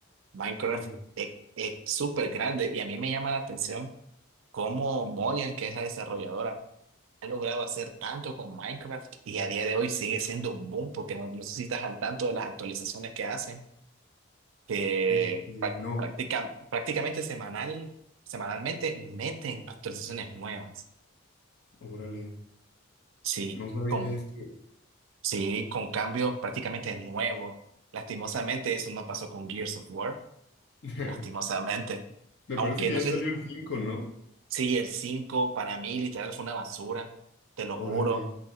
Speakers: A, on the right (about 70°); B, on the left (about 55°).
A: Minecraft
B: Ujú.
A: es, es súper grande y a mí me llama la atención cómo Mojang que es la desarrolladora, ha logrado hacer tanto con Minecraft y a día de hoy sigue siendo un boom porque no, no sé si estás al tanto de las actualizaciones que hacen, que
B: Este,
A: prac-
B: no,
A: practica- prácticamente semanal, semanalmente meten actualizaciones nuevas,
B: órale,
A: sí,
B: no sabía
A: con,
B: esto.
A: sí, con cambios prácticamente nuevos. Lastimosamente eso no pasó con Gears of War,
B: <laughs>
A: lastimosamente.
B: Me
A: Aunque
B: parece que
A: no
B: ya
A: sé
B: salió el cinco ¿no?
A: Sí, el 5 para mí literal fue una basura, te lo juro.
B: Órale.